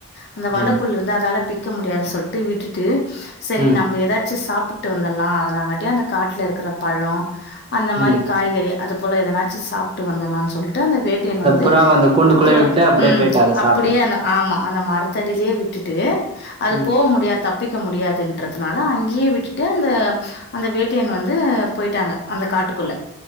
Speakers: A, on the left; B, on the right.
A: அந்த வலக்குள்ளருந்து
B: ம்
A: அதால பிக் க்க முடியாது சொல்ட்டு விட்டுட்டு சேரி
B: ம்
A: நம்ம ஏதாச்சு சாப் பிட்டு வந்தரலா அதுலங்கட்டியு அந்த காட்டுல இருக்கிற பலோ அந்த மாரி
B: ம்
A: காய்கறி அது போல எதனாச்சு சாப்ட்டு வந்தற்லான்னு சொல் டு அந்த வேட்டையன் வந்து
B: புறாவ அந்த கூண்டுக்குள்ளே
A: புறா
B: விட்டு அப்டியே
A: உம்
B: போயிட்டு அத
A: அப்படியேன்ன
B: சாப்ட
A: ஆமா அந்த மரத்தடிலேயே விட்டுட்டு அது
B: ம்
A: போ முடியா தப் தப்பிக்க முடியாதுன்றதுனால அங்கயே விட்டுட்டு அந்த அந்த வேட்டையன் வந்து போயிட்டாங்க அந்த காட்டுக்குள்ள